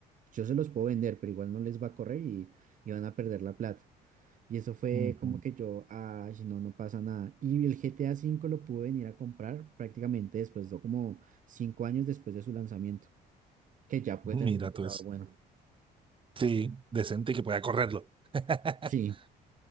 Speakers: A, on the right (about 50°); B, on the right (about 30°).
A: yo se los puedo vender, pero igual no les va a correr y, y van a perder la plata. Y eso fue
B: Ujú.
A: como que yo, ay, no, no pasa nada. Y el GTA V lo pude venir a comprar prácticamente después, de como cinco años después de su lanzamiento, que ya puede
B: Mira
A: tener un computador
B: tú eso.
A: bueno.
B: Sí, decente y que pueda correrlo. <laughs>
A: Sí,